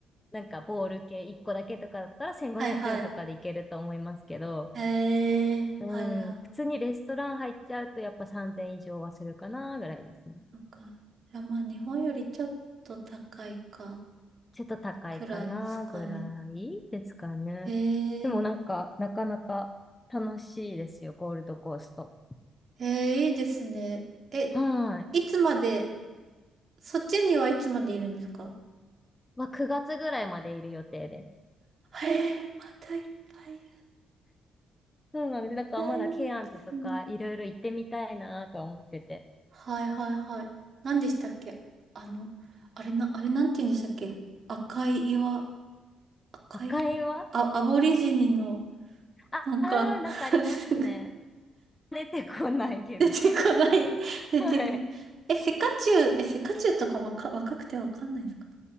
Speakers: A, on the left; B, on the right.
A: なんかボール系1個だけとかだったら1500円とかでいけると思いますけど、
B: はいはい。へえ、
A: うん、
B: あ、じゃあ、
A: 普通にレストラン入っちゃうとやっぱ3000以上はするかな、ぐらいですね。
B: なんか、じゃあまあ日本よりちょっと高いか、
A: ちょっと高いかなぐらいですかね。
B: くらいですかね。へえ、
A: でもなんか、なかなか楽しいですよ、ゴールドコースト。
B: へえ、いいですね。え、
A: はい。
B: いつまで、そっちにはいつまでいるんですか
A: まあ、9月ぐらいまでいる予定です。
B: へえ、またいっぱい。い
A: そうなんです。だからまだケアンズとかいろいろ行ってみたいなとは思ってて。
B: や、いいですね。はいはいはい。何でしたっけあの、あれな、あれなんて言うんでしたっけ赤い岩、赤い、
A: 赤いは
B: あ、アボリジニの、
A: ああー、
B: なんか
A: なんかありますね。
B: <laughs> すぐ
A: 出てこないけど。
B: 出てこない、出てこない。
A: はい。
B: え、セカチュウ、え、セカチュウとか若、若くてわかんないですか